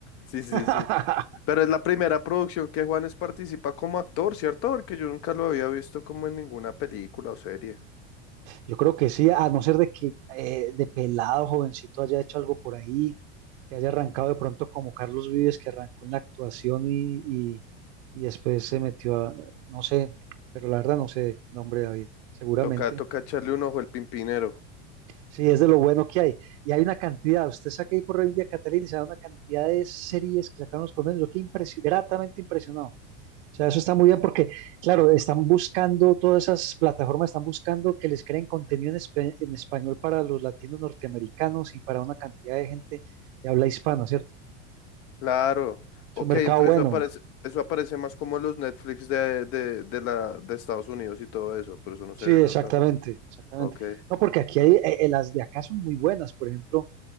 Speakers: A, on the left; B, on the right.
A: Sí,
B: <laughs>
A: sí, sí. Pero es la primera producción que Juanes participa como actor, ¿cierto? Porque yo nunca lo había visto como en ninguna película o serie.
B: Yo creo que sí, a no ser de que eh, de pelado, jovencito, haya hecho algo por ahí, que haya arrancado de pronto como Carlos Vives, que arrancó en la actuación y, y- y después se metió a, no sé, pero la verdad no sé, nombre David, seguramente.
A: Toca, toca echarle un ojo el Pimpinero.
B: Sí, es de lo bueno que hay. Y hay una cantidad, usted saca ahí por India Catalina y se da una cantidad de series que sacaron los colombianos, yo quedé impresio- gratamente impresionado. O sea, eso está muy bien porque, claro, están buscando, todas esas plataformas están buscando que les creen contenido en, espa- en español para los latinos norteamericanos y para una cantidad de gente de habla hispana, ¿cierto?
A: Claro.
B: Es
A: Ok,
B: un mercado
A: entonces
B: bueno.
A: eso aparece, eso aparece más como los Netflix de, de, de la, de Estados Unidos y todo eso, pero eso no se
B: Sí,
A: ve
B: exactamente,
A: tanto acá.
B: exactamente.
A: Ok.
B: No, porque aquí hay, eh, eh, las de acá son muy buenas, por ejemplo,